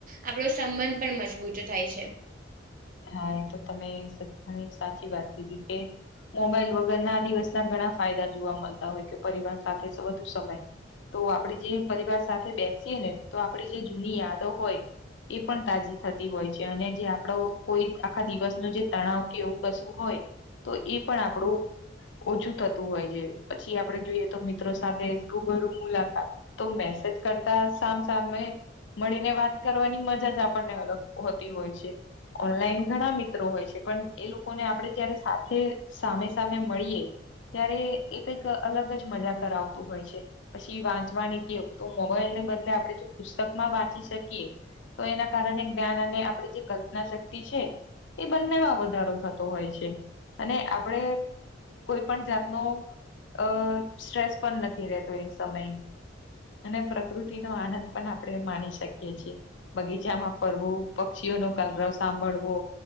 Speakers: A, on the right (about 45°); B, on the left (about 70°).
A: આપણો સંબંધ પણ મજબૂત થાય છે.
B: હા એ તો તમે ઘણી સાચી વાત કીધી કે મોબાઈલ વગર ના દિવસના ઘણા ફાયદા જોવા મળતા હોય કે પરિવાર સાથે વધુ સમય તો આપડી જે પરિવાર સાથે બેસીએ ને તો આપડી જે જૂની યાદો હોય એ પણ તાજી થતી હોય છે અને જે આપડો કોઈ આખા દિવસ ન જે તણાવ કે એવું કશું હોય તો એ પણ આપણું ઓછું થતું હોય છે પછી આપડે જોઈએ તો મિત્રો સાથે રૂબરું મુલાકાત તો મેસેજ કરતા સામ સામેમે મળીને વાત કરવાની મજા જ આપણને અલગ હોતી હોય છે. ઓનલાઈન ઘણા મિત્રો હોય છે પણ એ લોકોને આપડણે જયારે સાથે સામે સામે મળીએ ત્યારે એ કઈક અલગ જ મજા કરાવતું હોય છે. પછી વાંચવાની કેટેવ તો મોબાઈલ ને બદલે આપણે જો પુસ્તક માં વાંચી શકીએ તો એના કારણે જ્ઞાન અને આપણી જે કલ્પના શક્તિ એ બંનેમાં વધારો થતો હોય છે અને આપણે કોઈ પણ જાતનો અ સ્ટ્રેસ પણ નથી રહેતો એ સમય અને પ્રકૃતિ નો આનંદ પણ આપણે માની શકીએ છીએ બગીચામાં ફરવું પક્ષીઓ નો કલરવ સાંભળવો